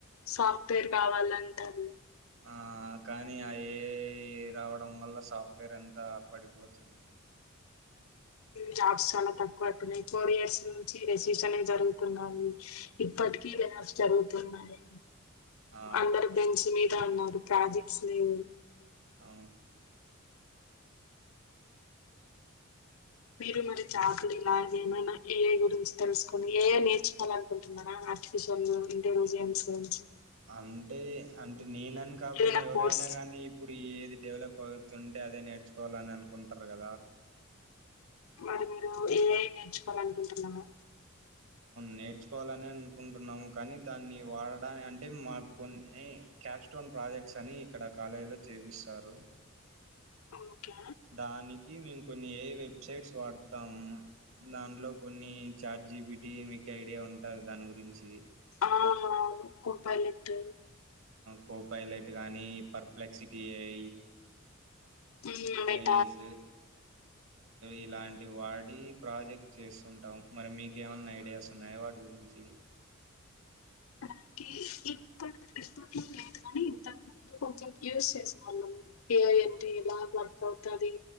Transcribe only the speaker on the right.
ఆ కానీ ఆ ఏ రావడం వల్ల సాఫ్ట్వేర్ ఎంత పడిపోతుంది
ఆ
అ
అంటే అంటే నేనని కాకుండా
ఎవరైనా
కానీ ఇప్పుడు ఏది డెవలప్ పొదువుతుంటే అదే నేర్చుకోవాలని అనుకుంటారు కదా
నేర్చుకోవాలని అనుకుంటున్నాము కానీ దాన్ని వాడడానికి అంటే మాకు కొన్ని క్యాప్ స్టోన్ ప్రాజెక్ట్స్ అని ఇక్కడ కాలేజీలో చేపిస్తారు
దానికి మేము కొన్ని ఏ వెబ్సైట్స్ వాడతాము దాంట్లో కొన్ని చార్ జీబిటి మీకు ఐడియా ఉంటుంది దాని గురించి
కో పైలైట్ గానీ పర్ప్లెక్సిటీ అ
ఏజ్ ఇలాంటి వాటి అడీ ప్రాజెక్ట్ చేస్తుంటాం మరి మీకేమన్నా ఐడియాస్ ఉన్నాయా వాటి గురించి